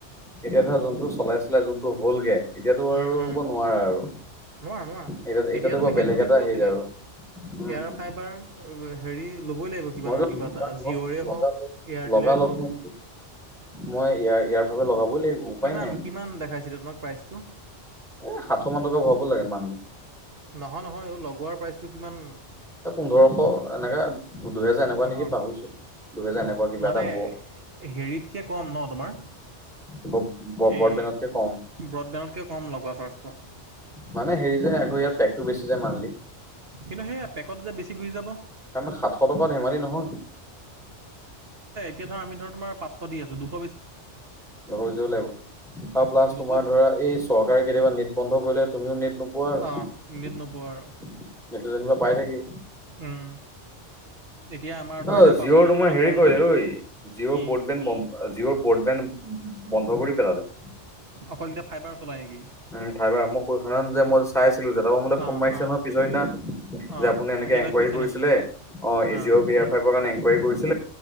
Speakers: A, in the centre; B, on the right.
A: এতিয়া ধৰা যোনটো চলাইছিলে যোনতটো হ'লগে। এতিয়াতো
B: উম,
A: আৰু
B: উম,
A: নোৱাৰা আৰু
B: নোৱাৰা নোৱাৰা
A: এতিয়া এতিয়াতো
B: তুমি
A: ব
B: সেই
A: বেলেগ
B: তুমি
A: এটা
B: কোৱাটোৱে
A: হেৰিত আৰু উম
B: এয়াৰ ফাইবাৰ হেৰি ল'বই লাগিব কিবা
A: মই
B: নহয়
A: <unintelligible>
B: কিবা
A: লগা
B: এটা জিঅ'ৰে
A: লগ
B: হওক এয়াৰটেলেই
A: লগা লগ
B: হওক
A: মই মই ইয়াৰ ইয়াৰ ফাইবাৰ লগাবই লাগিব। উপায়
B: কিমান
A: নাই,
B: কিমান দেখাইছিলে তোমাক প্ৰাইচটো?
A: এ সাতশ মান টকা ভৰাব লাগে মান লি
B: নহয় নহয় অ লগোৱাৰ প্ৰাইচটো কিমান?
A: এ পোন্ধৰশ এনেকা দুহেজাৰ এনেকুৱা
B: পোন্ধৰশ
A: নেকি পাহৰিছো। দুহেজাৰ
B: অ
A: এনেকুৱা কিবা
B: মানে
A: এটা হ'ব
B: হেৰিতকে কম ন তোমাৰ?
A: <unintelligible>
B: এই
A: কে কম।
B: ব্ৰডবেণ্ডতকৈ কম লগোৱা চাৰ্জটো
A: মানে হেৰি যে আকৌ
B: একদম
A: ইয়াত পটেকতটো বেছি যে মানলি।
B: কিন্তু সেই পেকত যে বেছি ঘূৰি যাব।
A: তমানে সাতশ টকা ধেমালি নহয়।
B: এতি ধৰ আমি ধৰ তোমাৰ পাশ দি আঁছো দুখ
A: উ হৈ য লাগিব আৰু প্লাছ
B: দুশ
A: তোমাৰ ধৰা এই চৰকাৰে কেতিয়াবা নট বন্ধ তুমিও নেট নোপোৱা আৰু
B: অঁ নেট
A: নেটটো
B: নোপোৱা আৰু
A: যেনিবা পাই থাকি
B: উম <inaudible>
A: অ
B: এতিয়া পাঁচশ
A: জিঅ'ৰ
B: টকাটো
A: তোমাৰ হেৰি
B: কম
A: কৰিলে
B: প্লেন
A: ঐ জিঅ'ৰ
B: কি
A: ব্ৰডবেণ্ড জিঅ'ৰ ব্ৰডবেণ্ড বন্ধ কৰি পেলালে।
B: অকল এতিয়া ফাইবাৰ চলাই নেকি?
A: উম ফাইবাৰ মই কৈছ ন যে মই য চাইছিলো যে মোলে ফোন
B: অঁ
A: মাৰিছে
B: অঁ
A: নহয় পিছৰদিনা।
B: অঁ
A: যে আপুনি এনেকে
B: সিহঁতে
A: এনকুৱাৰী
B: কৈছে
A: কৰিছিলে
B: নেকি
A: অ এজিঅ'য়াৰ
B: অঁ
A: ফাইভৰ এংকুৱাৰী কৰিছি,